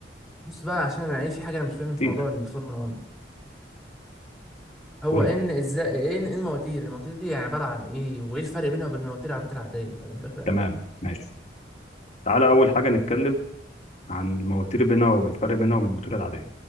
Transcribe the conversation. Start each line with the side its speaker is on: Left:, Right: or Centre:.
Centre: بص بقى عشان انا ايه في حاجه انا مش فاهم في
Left: كتير
Centre: موضوع الفورمولا 1 هو
Left: قول
Centre: ان
Left: لي
Centre: ازاي ايه ان إيه المواتير المواتير دي يعني عباره عن ايه وايه الفرق بينها وبين مواتير العربيات العاديه فاهم الفكره
Left: تمام ماشي تعالى اول حاجه نتكلم عن المواتير بينها والفرق بينها وبين الموتور العاديه